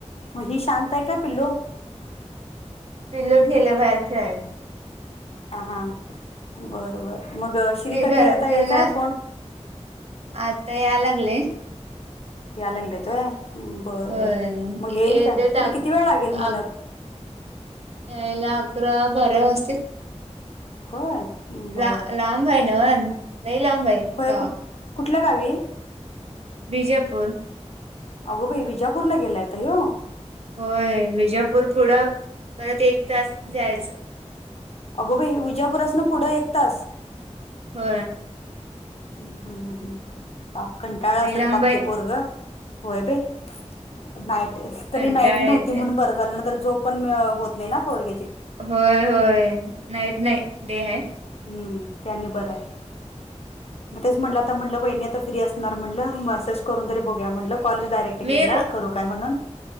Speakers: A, on the left; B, on the right.
A: मग ही शांत आहे का पिल्लो
B: पिल गेले बाहेर खेळायला
A: हा बर बर मग श्री
B: ते
A: कधी
B: घरातले
A: आता यायचाय
B: ना
A: फोन
B: आता या लागले
A: या लागले होय बरं
B: होय
A: बर मग येईल
B: येतेत
A: काय तरी
B: अक
A: किती वेळ लागेल
B: अक
A: मनक
B: यायला अकरा बारा वाजतील
A: होय बर
B: ला लांब आहे ना लई लांब आहे
A: होय
B: गाव
A: कुठ कुठल्या गावी
B: बिजापूर
A: अगो भाई विजापूरला गेलायता य
B: होय विजापूर पुढं परत एक तास जायचं
A: अगो भई विजापूरसन पुढं एक तास
B: हो
A: हम्म हम् हम्म हम पाप कंटाळ
B: लई
A: असल
B: लांब
A: पाप
B: आहे
A: ते पोरग होय बाई नाईट तरी
B: कंटाळा
A: नाईट नव्हती
B: येते
A: म्हणून बर झाल नाही तर झोप पण होत म ना पर्र
B: होय होय नाईट ना डे आहे
A: हम्म ते आणि बर आहे मग तेच म्हटलं आता म्हटलं वहिनी आ फ्री असणार म्हटलं मॅसेज करून तरी बघूया म्हटलं कॉलेज डायरेक्ट
B: मीर
A: केला करू काय म्हणून